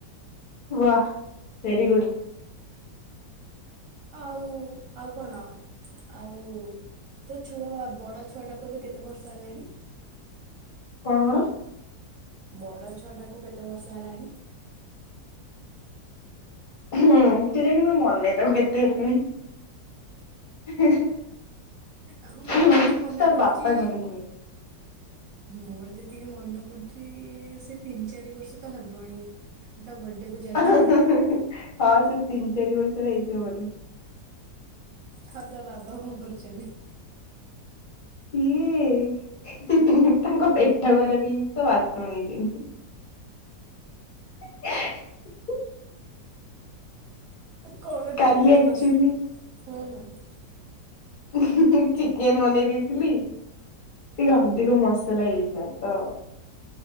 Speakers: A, on the left; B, on the right.
A: ବାଃ ଭେରି ଗୁଡ୍।
B: ଆଉ ଆଉ କଣ ଆଉ ତୋ ଛୁଆ ବଡ଼ ଛୁଆଟାକୁ ଏବେ କେତେ ବର୍ଷ ହେଲାଣି?
A: କଣ କଣ?
B: ବଡ ଛୁଆଟାକୁ କେତେ ବର୍ଷ ହେଲାଣି?
A: ହୁଁ କେଜାଣି ମୋର ମନେ ନାହିଁ ତାକୁ କେତେ ହେଲେଣି। <unintelligible>
B: ଆଉ ମୋର
A: ହୁଁ
B: ତ ଏତିକି ମନେ
A: ତା
B: ପଡୁଛି
A: ବାପା ଜାଣିଥିବେ।
B: ମୋର ଯେତିକି ମନେ ପଡୁଚି ସେ ତିନି ଚାରି ବର୍ଷ ତ ହେବଣି। ତା ବର୍ଥଡେକୁ ଯାଇଥିଲି
A: <unintelligible> ହଁ ସେ ତିନି ଚାରି ବର୍ଷର ହେଇ ଥିବ ବୋଧେ।
B: ଆଉ ତା ବାବା କଣ କରୁଚନ୍ତି?
A: ଏଇ <unintelligible> ତାଙ୍କ ପେଟ ଖରାପ ହେଇଯାଇଚି ତ ବାଥରୁମ୍ ଯାଇଚନ୍ତି। <unintelligible>
B: କଣ
A: କାଲି
B: ଠିକ ଠାକ
A: ଆକ୍ଚୁଲି
B: କସ ହୁଁ ହୁଁ
A: <inaudible> ଚିକେନ ବନେଇ ଦେଇେଇଥିଲି ଟିକେ ଅଧିକ ମସଲା ହେଇଥିଲା ତ